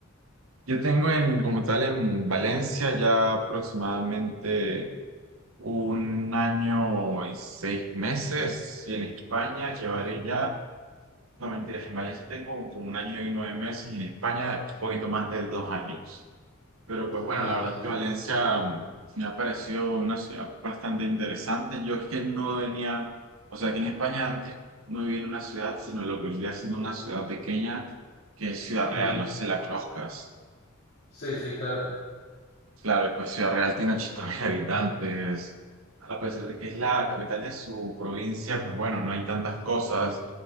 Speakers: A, on the right (about 70°); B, on the left (about 50°).
A: yo tengo en, como tal en Valencia ya aproximadamente un año y seis meses y en España llevaré
B: Ujú.
A: ya, no mentiras, en Valencia tengo como un año y nueve meses y en España un poquito más de dos años. Pero pues bueno,
B: Ah,
A: la verdad
B: vale.
A: es que Valencia mm, me ha parecido una ciudad bastante interesante. Yo es que no venía, o sea, aquí en España antes no vivía en una ciudad, sino lo que vendría siendo una ciudad pequeña que es Ciudad Real,
B: Ujú.
A: no sé si la conozcas.
B: Sí, sí, claro.
A: Claro, y pues Ciudad Real tiene 80 mil <laughs> habitantes.
B: Ujú.
A: A pesar de que es la capital de su provincia, pues bueno, no hay tantas cosas.